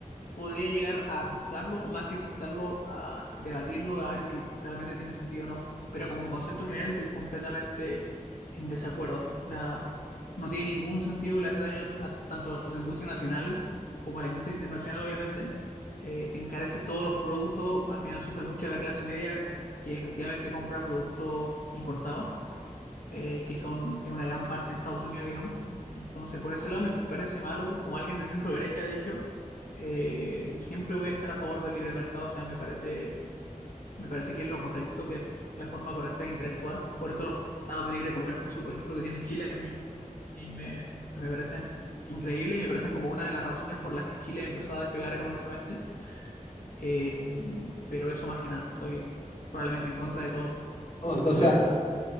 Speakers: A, on the left (about 80°); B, on the left (about 55°).
A: podría llegar a aceptarlo o más que aceptarlo, a debatirlo, a ver si realmente tiene sentido o no. Pero como concepto general estoy completamente en desacuerdo. O sea, no tiene ningún sentido, le hace daño a, tanto a la industria nacional como a la industria internacional, obviamente. Eh, te encarece todos los productos, al final sufre mucho la clase media que efectivamente compra productos importados eh, que son en una gran parte en Estados Unidos, digamos. Entonces, por ese lado me parece malo, como alguien de centro derecha, de hecho, eh, siempre voy a estar a favor del libre mercado, o sea, me parece, me parece que es lo correcto, que es la forma correcta de interactuar. Por eso los tratados de libre comercio, por ejemplo, que tiene Chile, a mí me, me parecen increíbles y me parecen como una de las razones por las que Chile empezó a despegar económicamente. Eh, pero eso más que nada, estoy probablemente en contra de todos.
B: O,
A: ¿Y
B: o sea,
A: tú?